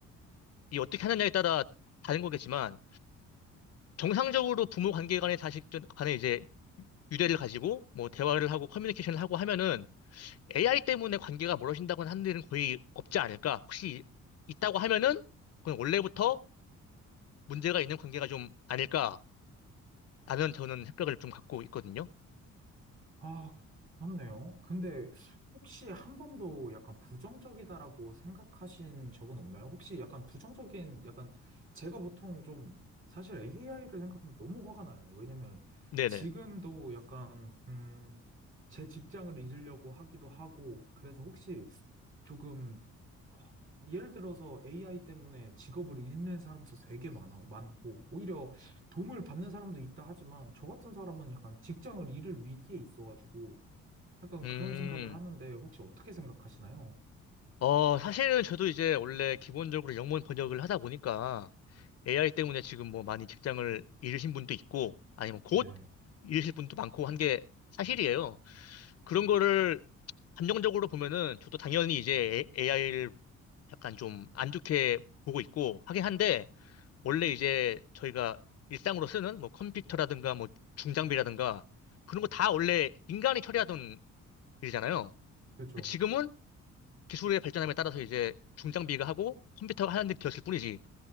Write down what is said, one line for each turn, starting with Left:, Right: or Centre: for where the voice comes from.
Left: 이 어떻게 하느냐에 따라 다른 거겠지만, 정상적으로 부모 관계 간의 자식 간에 이제 유대를 가지고 뭐 대화를 하고 커뮤니케이션을 하고 하면은 AI 때문에 관계가 멀어진다고는 하는 일은 거의 없지 않을까? 혹시 있다고 하면은, 그건 원래부터 문제가 있는 관계가 좀 아닐까? 라면 저는 생각을 좀 갖고 있거든요.
Right: 아, 그렇네요. 근데 혹시 한 번도 약간 부정적이다라고 생각하신 적은 없나요? 혹시 약간 부정적인, 약간 제가 보통 좀 사실 AI를 생각하면 너무 화가 나요. 왜냐면
Left: 네네.
Right: 지금도 약간, 음, 제 직장을 잊으려고 하기도 하고, 그래서 혹시 조금 예를 들어서 AI 때문에 직업을 잃는 사람도 되게 많아, 많고, 오히려 도움을 받는 사람도 있다 하지만, 저 같은 사람은 약간 직장을 잃을 위기에 있어가지고, 약간
Left: 음,
Right: 그런 생각을 하는데, 혹시 어떻게 생각하시나요?
Left: 어, 사실은 저도 이제 원래 기본적으로 영문 번역을 하다 보니까 AI 때문에 지금 뭐 많이 직장을 잃으신 분도 있고 아니면 곧
Right: 네,
Left: 잃으실 분도 많고 한 게 사실이에요. 그런 거를 감정적으로 보면은 저도 당연히 이제 AI를 약간 좀 안 좋게 보고 있고 하긴 한데 원래 이제 저희가 일상으로 쓰는 뭐 컴퓨터라든가 뭐 중장비라든가 그런 거 다 원래 인간이 처리하던 일이잖아요.
Right: 그죠.
Left: 근데 지금은 기술의 발전함에 따라서 이제 중장비가 하고 컴퓨터가 하는 일이 되었을 뿐이지.